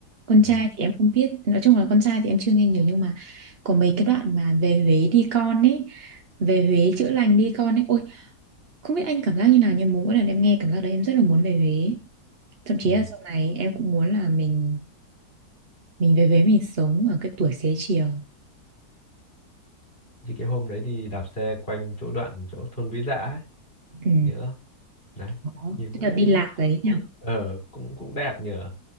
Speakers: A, on the right; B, on the left.
A: con
B: Ừ.
A: trai thì em không biết nói chung là con trai thì em chưa nghe nhiều nhưng mà có mấy cái đoạn mà về Huế đi con ấy về Huế chữa lành đi con ấy ôi không biết anh cảm giác như nào nhưng mà mỗi lần em nghe cảm giác đấy em rất là muốn về Huế thậm chí
B: Ừ.
A: là sau này em cũng muốn là mình mình về Huế mình sống ở cái tuổi xế chiều
B: Như cái hôm đấy đi đạp xe quanh chỗ đoạn chỗ thôn Vĩ Dạ ấy,
A: ừ
B: nhớ không? Đấy,
A: đó
B: nhìn cũng
A: Cái đợt đi lạc
B: cũng
A: đấy
B: cũng
A: nhỉ
B: ờ cũng cũng đẹp nhờ.